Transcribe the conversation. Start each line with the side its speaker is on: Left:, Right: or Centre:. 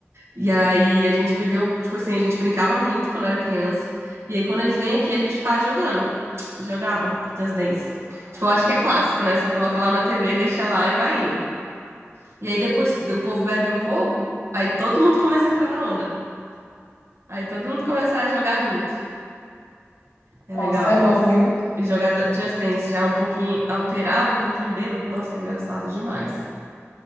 Right: E aí a gente viveu, tipo assim, a gente brincava muito quando era criança. E aí quando eles vêm aqui, a gente ficava jogando, jogava Just Dance. Tipo, eu acho que é clássico, né? Você coloca lá na TV, deixa lá e vai indo. E aí depois o povo bebe um pouco, aí todo mundo começa a entrar na onda. Aí todo mundo começa a jogar junto. É
Left: Nossa,
Right: legal,
Left: é bom,
Right: nossa.
Left: viu?
Right: E jogar da- Just Dance já um pouquinho alterado, um pouquinho bêbado, nossa, é engraçado demais.